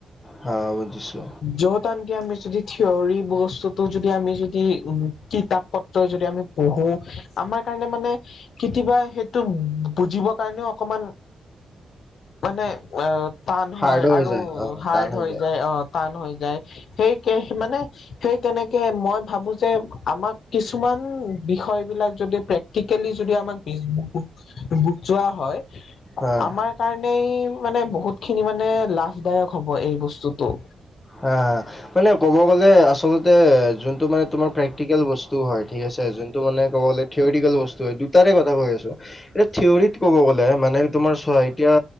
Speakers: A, on the left (about 25°); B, on the left (about 75°).
A: হা' বুজিছো।
B: য'ত আনকি আমি যদি থিয়ৰী বস্তুটো যদি আমি যদি উ কিতাপ প ত যদি আমি পঢ়োঁ। আমাৰ কাৰণে মানে কেতিয়াবা সেইটো বুজিবৰ কাৰণেও অকমান মানে অ' টান
A: হাৰ্ডো
B: হয়
A: হৈ
B: আৰু
A: যায়, অঁ,
B: হাৰ্ড
A: টান হৈ
B: হয় যায়। অ' টান হৈ যায় সেই -মানে। সেই তেনেকে মই ভাবো যে আমাক কিছুমান বিষয় বিলাক যদি প্ৰেক্টিকেলি যদি আমাক -বজ বোজুৱা হয়।
A: হা।
B: আমাৰ কাৰণেই মানে বহুত খিনি মানে লাভদায়ক হব এই বস্তুতটো।
A: হা' মানে ক'ব গ'লে আচলতে যোনটো মানে তোমাৰ প্ৰে্টিকেল বস্তু হয়, ঠিক আছে যোনটো মানে ক'ব গ'লে থিয়ৰিকেল বস্তু হয় তাৰে কথা কৈ আছো। এতিয়া থিয়ৰীত ক'ব গ'লে মানে তোমাৰোৱা এতিয়া